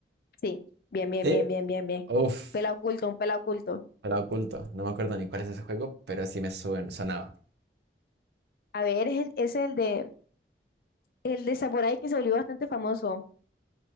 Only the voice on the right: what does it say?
¿Sí?
Uf,
la oculto. No me acuerdo ni cuál es ese juego, pero sí me suen- sonaba.